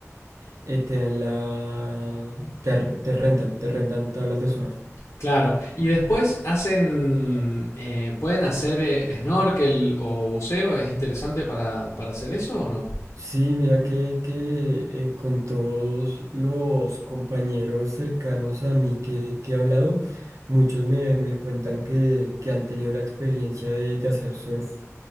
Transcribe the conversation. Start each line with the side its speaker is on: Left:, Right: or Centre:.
Right: eh, te dan la, te, te rentan, te rentan tablas de surf.
Left: Claro. Y después hacen. eh, ¿pueden hacer eh, snorkel o buceo? ¿Es interesante para, para hacer eso o no?
Right: Sí, mira que, que eh, con todos los compañeros cercanos a mí que, que he hablado, muchos me, me cuentan que, que han tenido la experiencia de, de hacer surf.